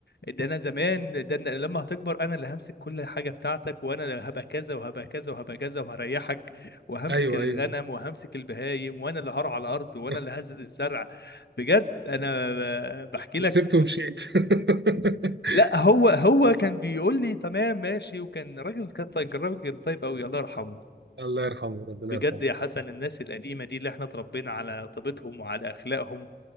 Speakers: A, on the left (about 70°); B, on the right (about 85°).
A: ده انا زمان ده أنا لما هتكبر انا اللي همسك كل حاجه بتاعتك وانا اللي هبقى كذا وهبقى كذا وهبقى كذا وهريحك وهمسك
B: أيوه
A: الغنم
B: أيوه
A: وهمسك البهايم وانا اللي هرعى الارض وانا
B: <laughs>
A: اللي هزت الزرع بجد انا ب- بحكي
B: وسبته
A: لك
B: ومشيت <laughs>
A: لا هو هو كان بيقول لي تمام ماشي وكان راجل كان طيب- راجل طيب قوي الله يرحمه
B: الله يرحمه ربنا
A: بجد
B: يرحمه
A: يا حسن الناس القديمه دي اللي احنا اتربينا على طيبتهم وعلى اخلاقهم